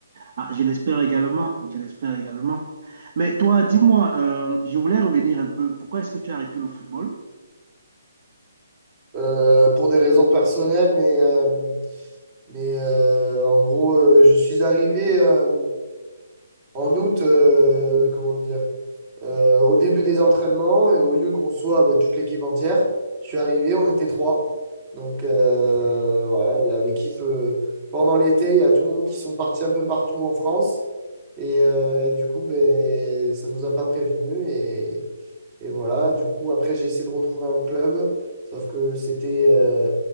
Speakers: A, on the right; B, on the right.
A: Ah, je l'espère également, je l'espère également. Mais toi, dis-moi, euh, je voulais revenir un peu. Pourquoi est-ce que tu as arrêté le football?
B: euh, pour des raisons personnelles, mais, euh, mais euh, en gros, euh, je suis arrivé euh, en août, euh, comment dire, euh, au début des entraînements et au lieu qu'on soit bah, toute l'équipe entière, je suis arrivé, on était trois. Donc euh, voilà, il y a l'équipe euh, pendant l'été, il y a tout le monde qui sont partis un peu partout en France. Et, euh, et du coup, ben, ça nous a pas prévenus. Et, et voilà, du coup, après, j'ai essayé de retrouver un club, sauf que c'était euh,